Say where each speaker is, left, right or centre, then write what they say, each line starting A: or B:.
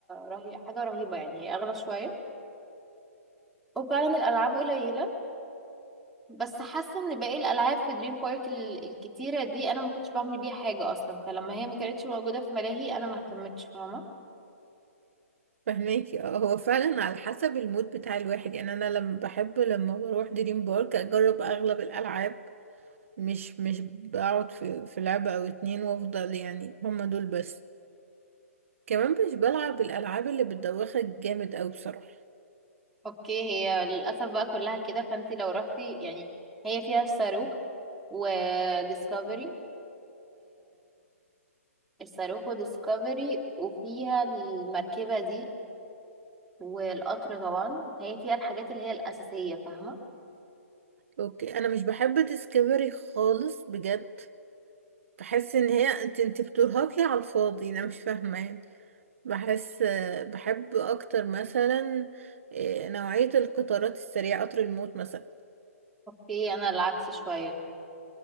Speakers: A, in the centre; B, on the right (about 60°).
A: رهي... حاجة رهيبة يعني هي اغلى شوية وفعلا الالعاب قليلة بس حاسة ان باقي الالعاب في دريم بارك ال- الكتيرة دي انا ما كنتش بعمل بيها حاجة اصلا فلما هي ما كانتش موجودة في ملاهي انا ما اهتمتش فاهمة
B: فهماكي اه هو فعلا على حسب المود بتاع الواحد يعني انا لما بحب لما بروح دريم بارك اجرب اغلب الالعاب مش مش بقعد في في لعبة او اتنين وافضل يعني هما دول بس كمان مش بلعب الالعاب اللي بتدوخك جامد اوي بصراحه
A: اوكي هي للاسف بقى كلها كده فانتي لو رحتي يعني هي فيها الصاروخ وديسكفري الصاروخ ديسكفري وفيها المركبة دي والقطر طبعا هي فيها الحاجات اللي هي الأساسية فاهمة
B: اوكي انا مش بحب ديسكفري خالص بجد بحس ان هي انت انت بترهقي على الفاضي انا مش فاهمه يعني بحس بحب اكتر مثلا إيه، نوعيه القطارات السريعه قطر الموت مثلا
A: اوكي انا العكس شوية